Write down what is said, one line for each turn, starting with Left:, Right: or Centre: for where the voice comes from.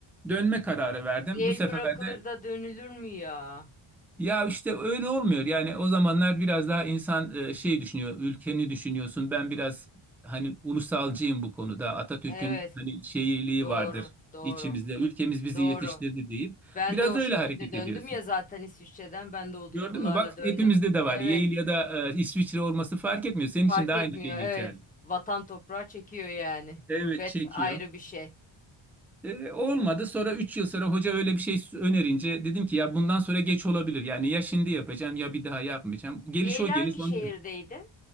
Centre: dönme kararı verdim.
Left: Yale
Centre: Bu sefer
Left: bırakılır
Centre: de
Left: da dönülür mü ya?
Centre: ya işte öyle olmuyor. Yani o zamanlar biraz daha insan e, şey düşünüyor, ülkeni düşünüyorsun. Ben biraz hani ulusalcıyım bu konuda. Atatürk'ün
Left: Evet.
Centre: hani şeyliği
Left: Doğru.
Centre: vardır
Left: Doğru.
Centre: içimizde. Ülkemiz bizi
Left: Doğru.
Centre: yetiştirdi deyip
Left: Ben
Centre: biraz
Left: de o
Centre: öyle
Left: şekilde
Centre: hareket
Left: döndüm
Centre: ediyorsun.
Left: ya zaten İsviçre'den. Ben de o
Centre: Gördün
Left: duygularla
Centre: mü? Bak
Left: döndüm.
Centre: hepimizde de
Left: Evet.
Centre: var. Yale ya da e, İsviçre olması fark etmiyor. Senin
Left: Fark
Centre: için de aynı
Left: etmiyor.
Centre: şey
Left: Evet.
Centre: geçerli.
Left: Vatan toprağı çekiyor yani.
Centre: Evet
Left: Gurbet
Centre: çekiyor.
Left: ayrı bir şey.
Centre: E, olmadı. Sonra 3 yıl sonra hoca öyle bir şey önerince dedim ki ya bundan sonra geç olabilir. Yani ya şimdi yapacağım ya bir daha yapmayacağım. Geliş
Left: Yale
Centre: o geliş
Left: hangi şehirdeydi?
Centre: ondan.